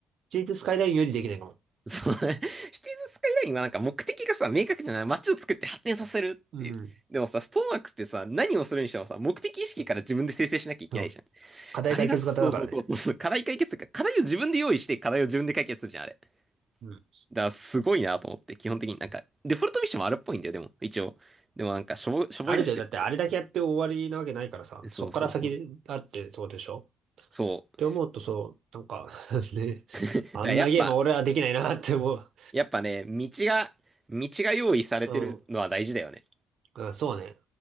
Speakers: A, on the right; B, on the right.
A: シティスカイラインよりできないかも。
B: そのね、<laughs> シティーズスカイラインはなんか目的がさ、明確じゃない。街を作って発展させるっていう。
A: うん。
B: でもさ、ストーンワークスってさ、何をするにしてもさ、目的意識から自分で生成しなきゃいけないじゃん。
A: そう。課題解決型だからね。
B: あれが、そうそうそうそうそう、課題解決というか、課題を自分で用意して、課題を自分で解決するじゃん、あれ。だか
A: うん
B: らすごいなと思って、基本的になんか、デフォルトミッションもあるっぽいんだよ、でも、一応。でもなんか、しょぼ、しょぼいらしくって。
A: あるけど、だってあれだけやって終わりなわけないからさ、
B: そうそうそう。
A: そっから先あってそうでしょ
B: そう。
A: って思うとそう、なんか <laughs> ね、
B: だからやっぱ、
A: あんなゲームは俺はできないなって思う。
B: やっぱね、道が、道が用意されてるのは大事だよね。
A: うん。うん、そうね。